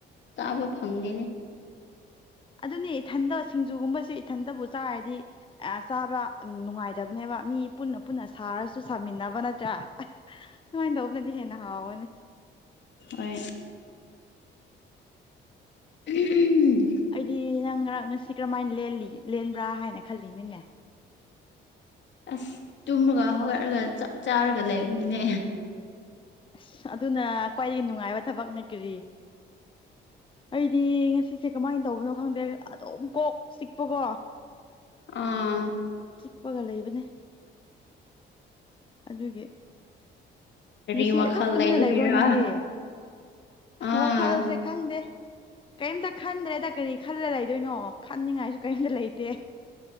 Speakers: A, on the left; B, on the left.
A: ꯆꯥꯕ ꯐꯪꯗꯦꯅꯦ
B: ꯑꯗꯨꯅꯦ ꯏꯊꯟꯗ ꯁꯤꯡꯖꯨꯒꯨꯝꯕꯁꯦ ꯏꯊꯟꯇꯕꯨ ꯆꯥꯔꯗꯤ ꯆꯥꯕ ꯅꯨꯡꯉꯥꯏꯇꯕꯅꯦꯕ ꯃꯤ ꯄꯨꯟꯅ ꯄꯨꯟꯅ ꯁꯥꯔꯁꯨ ꯁꯥꯃꯤꯟꯅꯕ ꯅꯠꯇ꯭ꯔꯥ ꯁꯨꯃꯥꯏꯅ ꯇꯧꯕꯅꯗꯤ ꯍꯦꯟꯅ ꯍꯥꯎꯋꯅꯦ
A: ꯑꯣꯏ <unintelligible>
B: ꯑꯩꯗꯤ ꯅꯪ ꯉꯔꯥꯡ ꯉꯁꯤ ꯀꯔꯝꯍꯥꯏꯅ ꯂꯦꯟꯕ꯭ꯔꯥ ꯍꯥꯏꯅ ꯈꯜꯂꯤꯅꯤꯅꯦ
A: ꯑꯁ ꯇꯨꯝꯃꯒ ꯍꯧꯒꯠꯂꯒ ꯆꯞ ꯆꯥꯔꯒ ꯂꯩꯕꯅꯤꯅꯦ
B: ꯑꯁ ꯑꯗꯨꯅ ꯈ꯭ꯋꯥꯏꯗꯒꯤ ꯅꯨꯡꯉꯥꯏꯕ ꯊꯕꯛꯅ ꯀꯔꯤ ꯑꯩꯗꯤ ꯉꯁꯤꯁꯦ ꯀꯃꯥꯏꯅ ꯇꯧꯕꯅꯣ ꯈꯪꯗꯦ ꯑꯗꯨꯝ ꯀꯣꯛ ꯆꯤꯛꯄꯀꯣ
A: ꯑꯥ
B: ꯀꯄꯒ ꯂꯩꯕꯅꯦ ꯑꯗꯨꯒꯤ
A: ꯀꯔꯤ
B: ꯉꯁꯤ
A: ꯋꯥꯈꯜ
B: ꯑꯗꯨꯝ ꯇꯨꯃꯤꯟꯅ
A: ꯂꯩꯕꯒꯤꯔ
B: ꯂꯩꯕ꯭ꯔꯣ ꯅꯪꯗꯤ
A: ꯑꯥ
B: ꯋꯥꯈꯜꯁꯦ ꯈꯪꯗꯦ ꯀꯩꯝꯇ ꯈꯟꯗ꯭ꯔꯦꯗ ꯀꯔꯤ ꯈꯜꯂ ꯂꯩꯗꯣꯏꯅꯣ ꯈꯟꯅꯤꯡꯉꯥꯏꯁꯨ ꯀꯔꯤꯝꯇ ꯂꯩꯇ